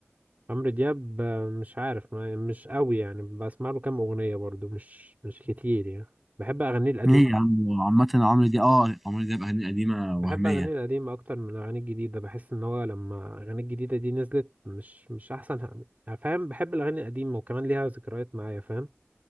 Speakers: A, on the right; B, in the centre.
A: عمرو دياب آه، مش عارف ما- مش قوي يعني بسمع له كام اغنيه برضو مش مش كتير يعني بحب اغانيه القديمه
B: ليه يا عم عامة عمرو دياب اه عمرو دياب اغاني قديمة وهمية
A: بحب اغانيه القديمه اكتر من اغانيه الجديده بحس ان هو لما اغانيه الجديده دي نزلت مش مش احسن ه- يعني فاهم بحب الاغاني القديمه وكمان ليها ذكريات معايا فاهم